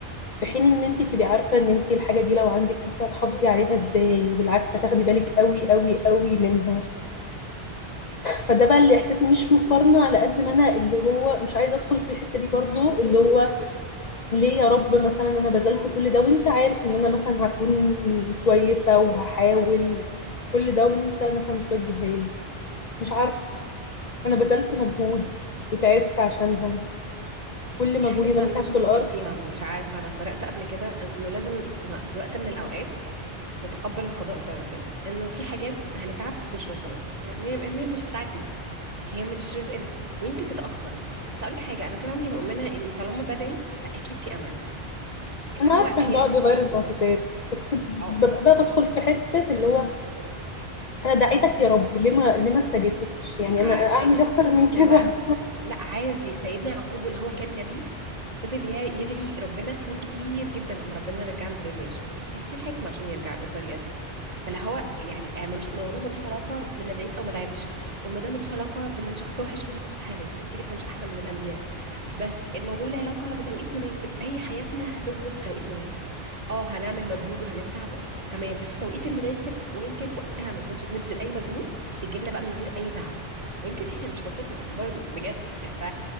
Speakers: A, on the left (about 50°); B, on the right (about 40°).
A: في حين ان انت تبقي عارفه ان انت الحاجه دي لو عندك انت هتحافظي عليها ازاي وبالعكس هتاخدي بالك قوي قوي قوي منها فده بقى الاحساس مش مقارنه على قد ما انا اللي هو مش عايزه ادخل في الحته دي برضو اللي هو ليه يا رب مثلا انا بذلت كل ده وانت عارف ان انا مثلا هكون كويسه وهحاول وكل ده وانت مثلا مش هتجيبها لي مش عارف انا بذلت
B: طب بس
A: مجهود وتعبت عشانها كل
B: في
A: مجهودي
B: حاجات
A: ده
B: ما
A: مثلا
B: لناش
A: في الارض
B: نصيب فيها مش عارفة أنا قرأت قبل كده إنه لازم ن- في وقت من الأوقات نتقبل القضاء بتاع ربنا انه في حاجات هنتعب بس مش هنوصل لها يعني هي هي مش بتاعتنا هي مش رزقنا ويمكن تتأخر بس اقول لك حاجة انا طول عمري مؤمنة اني طالما بدعي فاكيد في امل اللي
A: انا
B: هو
A: عارفه
B: هي
A: ان ده بيغير
B: هتيجي
A: المعجزات بس ببقى
B: اه
A: بقى بدخل في حته اللي هو انا دعيتك يا رب ليه ما ليه ما استجبتش يعني
B: عشان
A: انا اعمل إيه اكتر
B: يمكن
A: من
B: مش
A: كده
B: دلوقتي لا عادي سيدنا يعقوب واللي هو كان نبي فضل ي- يدعي ربنا سنين كتير جدا عم ربنا يرجع له سيدنا يوسف بس كان في حكمة عشان يرجع بالطريقة دي فلا هو يعني آه، ملوش الموضوع ملوش علاقة بان أنا دعيت او ما دعيتش والموضوع ملوش علاقة بان شخص وحش وشخص حلو اكيد احنا مش احسن من الانبياء بس الموضوع له علاقة بتوقيت مناسب هي حياتنا هتظبط بتوقيت مناسب اه هنعمل مجهود وهنتعب و... تمام بس في التوقيت المناسب ويمكن في وقتها ما نكونش بنبذل اي مجهود تجيلنا بقى من غير اي تعب ويمكن هي مش نصيبنا برضو بجد ف